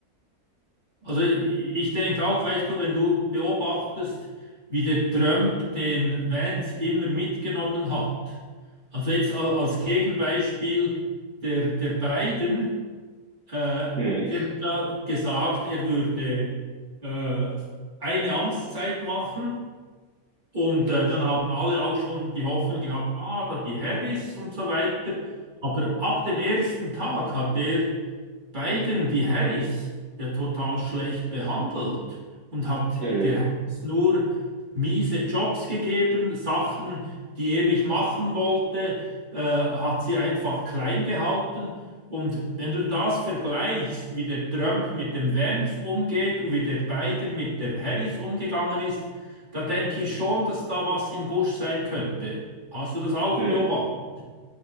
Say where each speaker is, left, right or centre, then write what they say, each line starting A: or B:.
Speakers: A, on the right; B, on the right.
A: Also ich denke auch, weißt du, wenn du beobachtest, wie der Trump den Vance immer mitgenommen hat. Also jetzt a- als Gegenbeispiel der, der Biden, äh,
B: Mhm.
A: der hat da gesagt, er würde äh, eine Amtszeit machen und äh, dann haben alle auch schon die Hoffnung gehabt, ah, da die Harris und so weiter. Aber ab dem ersten Tag hat der Biden, die Harris, ja total schlecht behandelt und hat
B: Mhm.
A: der Ja. Harris nur miese Jobs gegeben, Sachen, die er nicht machen wollte, äh, hat sie einfach klein gehalten. Und wenn du das vergleichst, wie der Trump mit dem Vance umgeht und wie der Biden mit der Harris umgegangen ist, da denke ich schon, dass da was im Busch sein könnte. Hast du das auch
B: Mhm.
A: beobachtet?